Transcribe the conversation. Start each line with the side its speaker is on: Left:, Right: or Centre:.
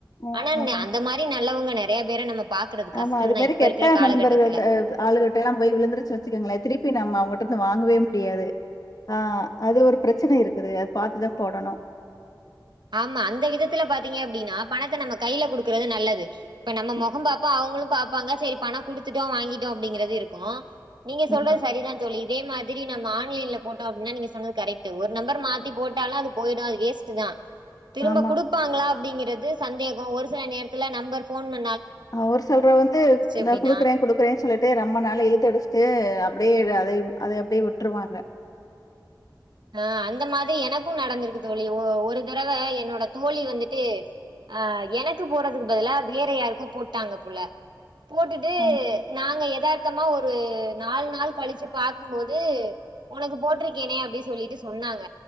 Left: ம்
Right: ஆனா என்ன
Left: ஆமா.
Right: அந்த மாரி நா உள்ளவங்க நெறைய பேர நம்ம பாக்குறது கஷ்டம்
Left: ஆமா அது
Right: தான்
Left: மேரி
Right: இப்ப
Left: கெட்ட
Right: இருக்கிற காலகட்டத்துல.
Left: நண்பர்கள்ட ஆளுகட்டலா போய் விழுந்துரு சிக் வச்சுக்கங்களே திருப்பி நம்ம அவங்கள்ட இருந்து வாங்கவே முடியாது ஆ அது ஒரு பிரச்சன இருக்குது அது பாத்துதா போடணு
Right: ஆமா அந்த விதத்துல பாத்தீங்க அப்டின்னா பண நம்ம கையில குடுக்றது நல்லது இப்ப நம்ம
Left: ம்.
Right: மொகம் பாப்போ அவங்களும் பாப்பாங்க சரி பண குடுத்துட்டோ வாங்கிட்டோ அப்டிங்றது இருக்கு நீங்க சொல்றது
Left: ஆமா,
Right: சரி தா தோழி அதே மாதிரி நம்ம ஆன்லைன்ல போட்டோ அப்டின்னா நீங்க சொன்னது கரெக்ட்டு ஒரு நம்பர் மாத்தி போட்டாலு அது போயிடு அது வேஸ்ட் தா திரும்ப
Left: ஆமா.
Right: குடுப்பாங்ளா அப்டிங்றது சந்தேக ஒரு சில நேரத்தில நம்பர் ஃபோன் பண்
Left: ஹ் ஒரு செல்ரு வந்து இந்த
Right: அப்டின்னா
Left: குடுக்குறே குடுக்குறேன்னு சொல்லிட்டு ரொம்ப நாளு இழுத்தடிச்சுட்டு அப்டியே அத அத அப்டியே விட்ருவாங்க
Right: ஆஹ் அந்த மாதிரி எனக்கு நடந்திருக்கு தோழி ஒ ஒரு தடவ என்னோட தோழி வந்துட்டு அஹ் எனக்கு போடுறதுக்கு பதிலா வேற யாருக்கோ போட்டாங்க போல போட்டுட்டு
Left: ம்.
Right: நாங்க எதார்த்தமா ஒரு நாலு நாளு கழிச்சு பாக்கும்போது உனக்கு போட்ருக்கேனே அப்டி சொல்லிட்டு சொன்னாங்க